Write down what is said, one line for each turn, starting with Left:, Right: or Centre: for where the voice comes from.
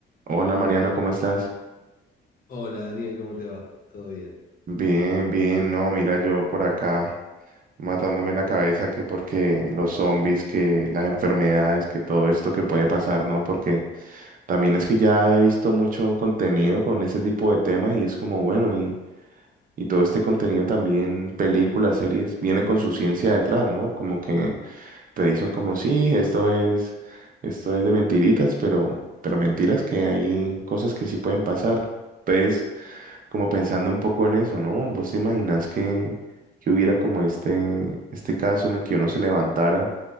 Right: Hola Mariano, ¿cómo estás?
Left: Hola Daniel, ¿cómo te va? ¿Todo bien?
Right: Bien, bien, no, mira yo por acá matándome la cabeza que porque los zombies, que las enfermedades, que todo esto que puede pasar, ¿no? Porque también es que ya he visto mucho contenido con ese tipo de temas y es como, bueno, y, y todo este contenido también, películas, series, viene con su ciencia detrás, ¿no? Como que te dicen como, sí, esto es, esto es de mentiritas, pero, pero mentiras que hay cosas que sí pueden pasar. Entonces... como pensando un poco en eso, ¿no? ¿Vos te imaginás que, que hubiera como este, este caso en el que uno se levantara?